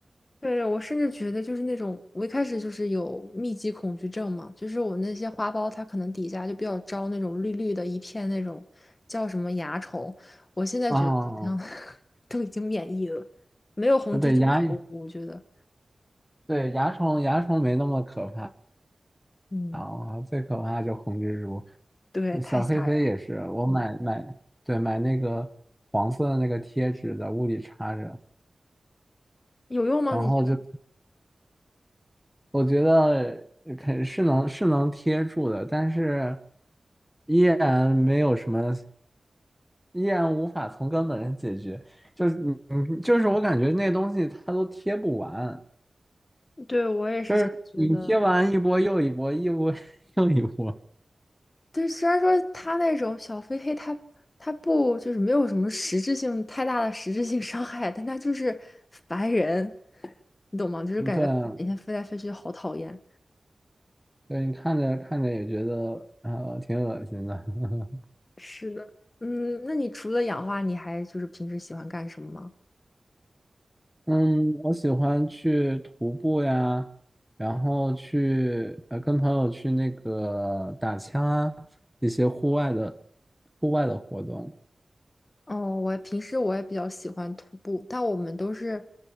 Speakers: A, on the left (about 35°); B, in the centre.
A: 对，我甚至觉得就是那种，我一开始就是有密集恐惧症嘛，就是我那些花苞它可能底下就比较招那种绿绿的一片那种叫什么蚜虫，我现在觉得好像
B: 啊。
A: <laughs> 都已经免疫了，没有红蜘蛛可恶，
B: 呃对蚜
A: 我觉得。
B: 对蚜虫蚜虫没那么可怕
A: 嗯，
B: 啊，我靠最可怕就红蜘蛛。
A: 对，
B: 呃小黑飞也是，
A: 太吓人了，
B: 我买买对买那个黄色的那个贴纸在屋里插着。
A: 有用吗？
B: 然后就
A: 你觉得？
B: 我觉得肯是能是能贴住的，但是依然没有什么，依然无法从根本上解决。就是你，你就是我感觉那东西它都贴不完，
A: 对，我也是这么觉得。
B: 就是你贴完一波又一波，一波 <laughs> 又一波。
A: 对，虽然说他那种小飞黑他他不就是没有什么实质性太大的实质性伤害，但他就是烦人，你懂吗？就是感觉每天飞来飞去好讨厌。
B: 嗯，对啊，对，你看着看着也觉得呃挺恶心的。<laughs>
A: 是的，嗯，那你除了养花，你还就是平时喜欢干什么吗？
B: 嗯，我喜欢去徒步呀，然后去呃跟朋友去那个打枪啊，一些户外的户外的活动。
A: 哦，我平时我也比较喜欢徒步，但我们都是